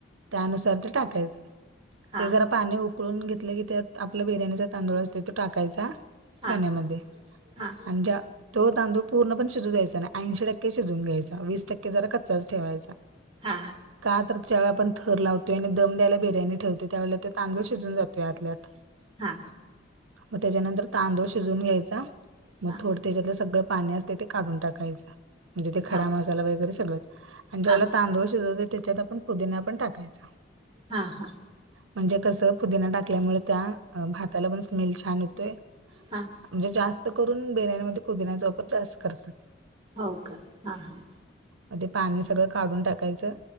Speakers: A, on the right; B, on the right.
A: त्यानुसार ते टाकायचं
B: हा
A: ते जरा पाणी उकळून घेतलं की त्यात आपला बिर्याणीचा तांदूळ असतोय तो टाकायचा
B: हा
A: पाण्यामध्ये
B: हा
A: आणि ज्या तो तांदूळ पूर्ण पण शिजू द्यायचा आणि ऐंशी टक्के शिजवून घ्यायचा वीस टक्के जरा कच्चाच ठेवायचा.
B: हा हा.
A: का तर ज्यावेळी आपण थर लावतो आणि दम द्यायला बिर्याणी ठेवतोय त्यावेळेला ते तांदूळ शिजून जातोय आतल्या आत
B: हा
A: मग त्याच्यानंतर तांदूळ शिजून घ्यायचा मग
B: हा
A: थोडं त्याच्यातलं सगळं पाणी असते ते काढून टाकायचं म्हणजे ते
B: हा
A: खडा मसाला वगैरे सगळंच. आणि ज्या
B: हा
A: वेळेला तांदूळ शिजवतोय त्याच्यात आपण पुदिना पण टाकायचा.
B: हा हा.
A: म्हणजे कसं पुदिना टाकल्यामुळे त्या भाताला पण स्मेल छान येतोय.
B: हा
A: म्हणजे जास्त करून बिर्याणीमध्ये पुदिन्याचा वापर जास्त करतात.
B: हो का. हा हा.
A: म ते पाणी सगळं काढून टाकायचं